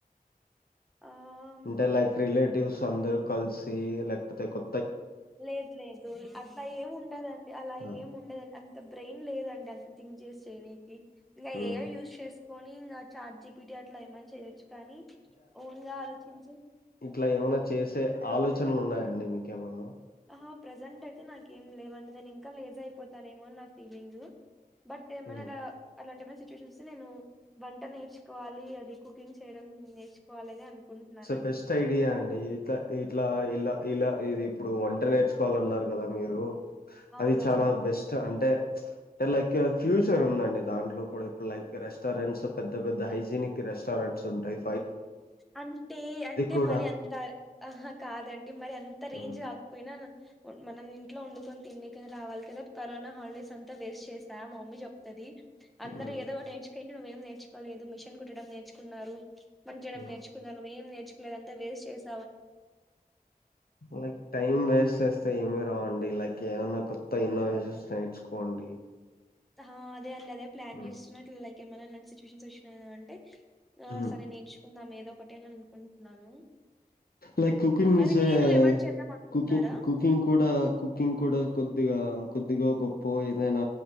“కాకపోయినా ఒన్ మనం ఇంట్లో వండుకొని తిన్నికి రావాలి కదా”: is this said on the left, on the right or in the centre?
Centre